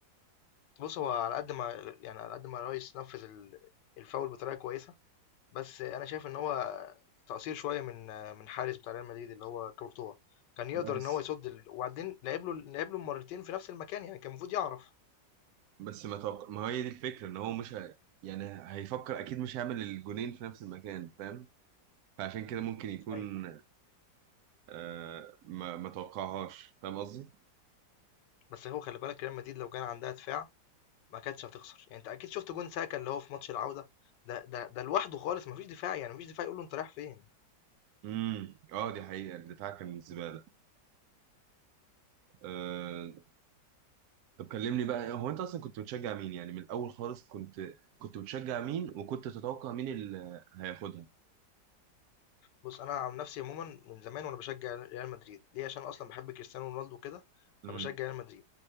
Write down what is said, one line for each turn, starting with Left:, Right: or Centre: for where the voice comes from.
Left: بص هو على قد ما يعني على قد ما الريس نفذ ال- الفاول بطريقه كويسه بس انا شايف ان هو تقصير شويه من من حارس بتاع ريال مدريد اللي هو كورتوا كان يقدر
Right: بس
Left: ان هو يصد ال... وبعدين لعب له لعب له مرتين في نفس المكان يعني كان المفروض يعرف
Right: بس ما توقع ما هي دي الفكره ان هو مش ه... يعني هيفكر اكيد مش هيعمل الجولين في نفس المكان فاهم فعشان كده ممكن يكون
Left: ايوه
Right: آه ما ما توقعهاش فاهم قصدي؟
Left: بس هو خلي بالك ريال مدريد لو كان عندها دفاع ما كانتش هتخسر يعني انت اكيد شفت جون ساكا اللي هو في ماتش العوده ده ده ده لوحده خالص ما فيش دفاع يعني ما فيش دفاع يقول له انت رايح فين
Right: امم اه دي حقيقة الدفاع كان زبالة آه طب كلمني بقى هو انت اصلا كنت بتشجع مين يعني من الاول خالص كنت كنت بتشجع مين وكنت تتوقع مين اللي هياخدها؟
Left: بص انا عن نفسي عموما من زمان وانا بشجع ريال مدريد ليه عشان أنا اصلا بحب كريستيانو رونالدو كده
Right: امم
Left: فبشجع ريال مدريد